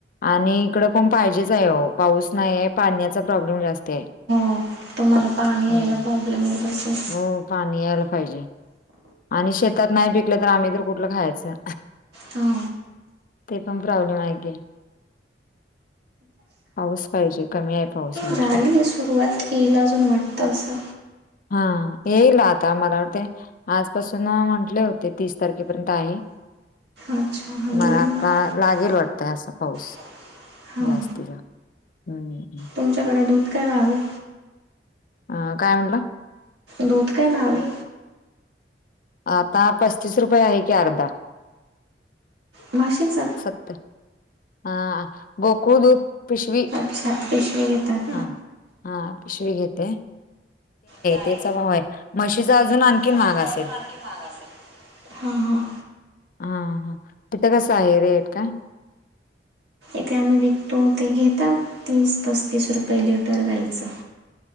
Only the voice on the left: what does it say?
आणि इकडं पण पाहिजेच आहे, हो पाऊस नाही आहे. पाण्याचा प्रॉब्लेम जास्त आहे.
हम्म.
हो पाणी यायला पाहिजे. आणि शेतात नाही पिकलं, तर आम्ही तर कुठलं खायाचं.
ते पण प्रॉब्लेम आहे चे पाऊस पाहिजे कमी आहे. पाऊस या वर्षी
हा येईल आता मला वाटते. आजपासून म्हंटले होते तीस तारखेपर्यंत आहे.
मला आता
लागेल
वाटतय असा पाऊस
जास्ती हम्म
अ काय म्हणला
आता पस्तीस रुपये आहे की अर्धा
सत्तर हा गोकुळ दूध पिशवी
हा हा पिशवी घेते
तेचा भाव आहे म्हशीचा अजून आणखीन
महाग
असेल
हा हा तिथं कस आहे रेट काय